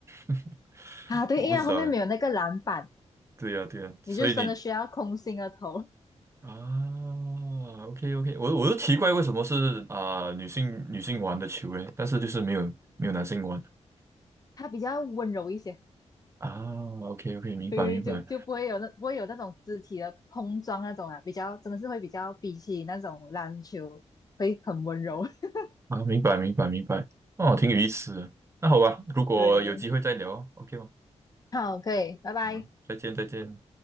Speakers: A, on the right; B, on the left.
A: <laughs>
B: 啊，对，
A: 我不知道诶。
B: 因为后面没有那个篮板，
A: 对呀对呀，所以你
B: 你就真的需要空心的投，
A: 啊，OK OK，我我都奇怪为什么是啊、女性女性玩的球诶，但是就是没有没有男性玩
B: <laughs> 它比较温柔一些，
A: 啊。OK OK，明白明白
B: 对，就就不会有那不会有那种肢体的碰撞那种啊，比较真的是会比较比起那种篮球会很温柔。<laughs>
A: 啊，明白明白明白，哦，挺有意思的。那好吧，如果有机会再聊哦，OK
B: 对，
A: 吗？
B: 好，可以，拜拜。
A: 好吧，再见再见。